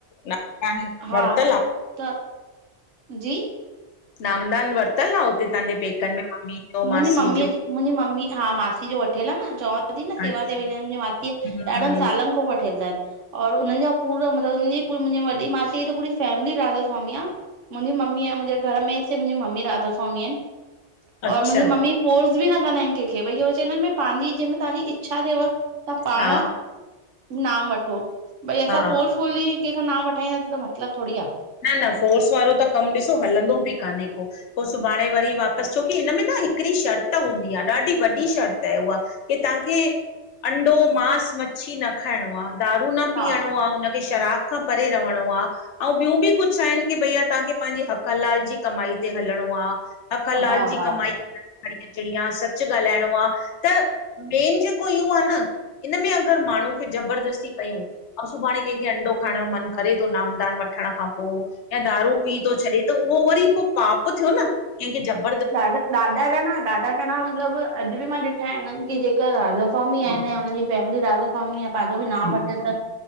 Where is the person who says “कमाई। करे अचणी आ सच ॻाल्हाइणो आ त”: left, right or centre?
Left